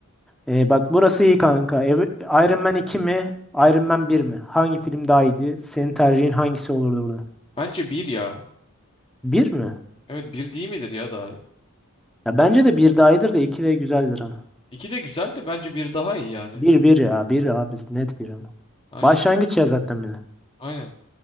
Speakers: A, in the centre; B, on the left.
A: Ee, bak burası iyi kanka. Ev- Iron Man iki mi? Iron Man bir mi? Hangi film daha iyiydi? Senin tercihin hangisi olurdu burada?
B: Bence bir ya.
A: Bir mi?
B: Evet bir değil midir ya daha?
A: Ya bence de bir daha iyidir de 2 de güzeldir ama.
B: İki de güzel de bence bir daha iyi yani.
A: bir bir ya bir abi net bir ama.
B: Aynen
A: Başlangıç ya zaten bile.
B: aynen.